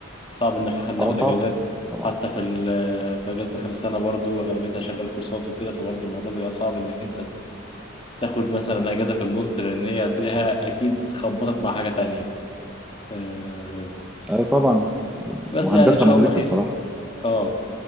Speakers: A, on the left (about 25°); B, in the centre.
A: صعب انك آخد- ناخد
B: اه طب
A: اجازات
B: طبعا
A: حتى في ال- في اجازه اخر السنه برضو اغلبيتها شغال كورسات وكده فبرضو الموضوع بيبقى صعب انك انت تاخد مثلا اجازه في النص لان هي هتلاقيها اكيد خبطت مع حاجه تانية آه،
B: اي طبعا
A: بس
B: وهندسه
A: يعني ان شاء
B: مهلكه
A: الله خير
B: بصراحه
A: اه